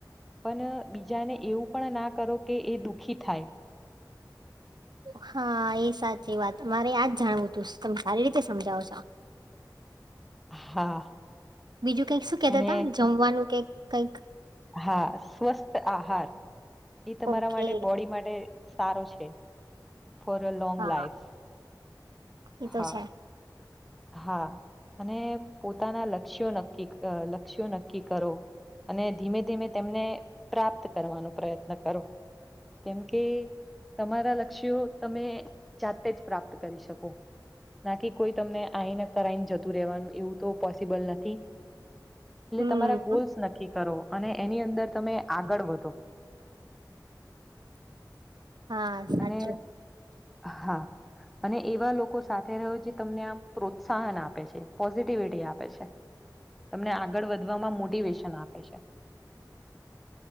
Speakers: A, in the centre; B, on the right.
A: પણ બીજાને એવું પણ ના કરો કે એ દુઃખી થાય
B: હા એ સાચી વાત મારે યાજ જાણવું હતું તમે સારી રીતે સમજાવો છો
A: <inaudible> હા
B: બીજું કંઈક શું કેતા
A: અને
B: તા? જમવાનું કે કંઈક?
A: હા સ્વસ્થ આહાર એ તમારા
B: ઓકે.
A: માટે બોડી માટે સારો છે ફોર અ લ લોંગ
B: હા
A: લાઈફ
B: એ તો
A: હા
B: છે
A: હા અને પોતાના લક્ષ્યો નક્કી લક્ષ્યો નક્કી કરો અને ધીમે ધીમે તેમને પ્રાપ્ત કરવાનો પ્રયત્ન કરો કેમ કે તમારા લક્ષ્યો તમે જાતે જ પ્રાપ્ત કરી શકો નાકી કોઈ તમને આઈને કરાઈને જતું રહેેવાનું એવું તો પોસિબલ નથી એટલે
B: હમ,
A: તમારા ગોલ્સ નક્કી કરો અને એની અંદર તમે આગળ વધો
B: હા સાચું
A: અને હા અને એવા લોકો સાથે રહ્યો જે તમને આમ પ્રોત્સાહન આપે છે પોઝિટિવિટી આપે છે તમને આગળ વધવામાં મોટિવેશન આપે છે